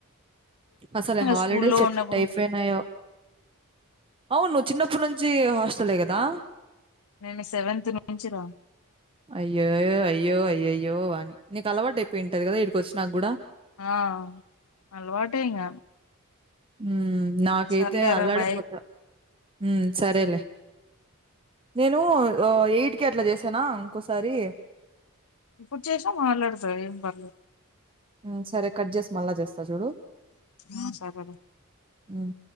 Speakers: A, on the right; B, on the left.
A: అసలు హాలిడే
B: స్కూల్లో
A: సెట్
B: ఉన్నప్పుడు
A: అయిపోయినాయో అవును చిన్నప్పుడు నుంచి హస్ టలే కదా
B: నేను సెవెన్త్ నుంచి రా
A: అయ్యోయో అయ్యో అయ్యయ్యో వాని నీకు అలవాటు అయిపోయింటది కదా ఇకడికి వచినా కుడా
B: ఆ అలవాటే ఇంగ
A: ఉమ్ నాకైతే
B: సర్లేరా
A: అల్లాడిపోతా
B: బాయ్
A: ఉమ్ సరేలే నేను ఎయిటకి అట్లా చేసానా ఇంకోసారి
B: ఇప్పుడు చుసిన మాట్లాడతాడు ఏం పర్లేదు
A: ఉ సరే కట్ చేసి మళ్ళ జస్త చడు
B: ఆ సరేరా
A: ఉమ్